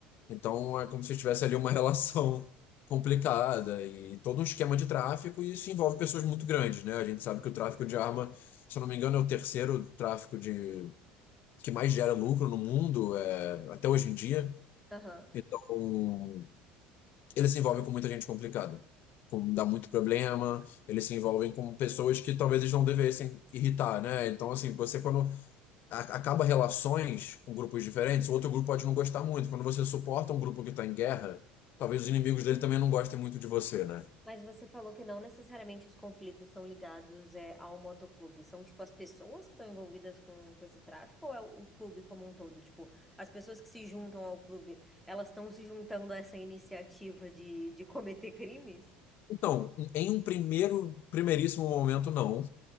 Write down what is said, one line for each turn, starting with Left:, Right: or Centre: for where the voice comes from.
Left: Então é como se tivesse ali uma relação <laughs> complicada e todo um esquema de tráfico, e isso envolve pessoas muito grandes, né? A gente sabe que o tráfico de arma, se eu não me engano, é o terceiro tráfico de que mais gera lucro no mundo, é, até hoje em dia.
Centre: Aham.
Left: Então, ele se envolve com muita gente complicada. com- Dá muito problema, eles se envolvem com pessoas que talvez eles não devessem irritar, né? Então, assim, você quando a- acaba relações com grupos diferentes, o outro grupo pode não gostar muito. Quando você suporta um grupo que está em guerra, talvez os inimigos dele também não gostem muito de você, né?
Centre: Mas você falou que não necessariamente os conflitos são ligados é, ao motoclube. São, tipo, as pessoas que estão envolvidas com, com esse tráfico ou é o, o clube como um todo? Tipo, as pessoas que se juntam ao clube, elas estão se juntando a essa iniciativa de, de cometer crimes?
Left: Então, em um primeiro, primeiríssimo momento, não,